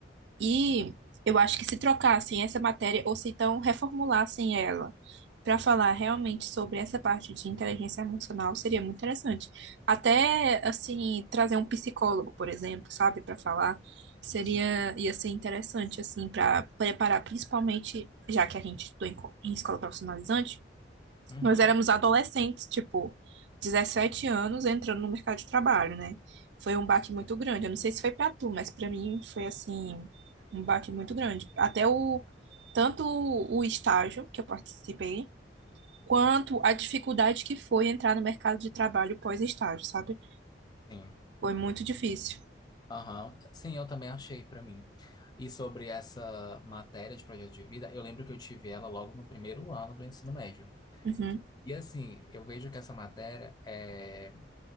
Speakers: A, on the right (about 75°); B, on the left (about 20°).
A: E eu acho que se trocassem essa matéria, ou se então reformulassem ela, para falar realmente sobre essa parte de inteligência emocional, seria muito interessante. Até, assim, trazer um psicólogo, por exemplo, sabe, para falar, seria,
B: Sim.
A: ia ser interessante, assim, para preparar, principalmente, já que a gente estudou em, co- em escola profissionalizante.
B: Uhum.
A: Nós éramos adolescentes, tipo, 17 anos entrando no mercado de trabalho, né? Foi um baque
B: Sim.
A: muito grande. Eu não sei se foi pra tu, mas pra mim foi assim, um baque muito grande. Até o tanto o estágio que eu participei, quanto a dificuldade que foi entrar no mercado de trabalho pós-estágio, sabe?
B: Sim.
A: Foi muito difícil.
B: Aham. Sim, eu também achei pra mim. E sobre essa matéria de projeto de vida, eu lembro que eu tive ela logo no primeiro ano do ensino médio.
A: Uhum,
B: E assim, eu vejo que essa matéria é...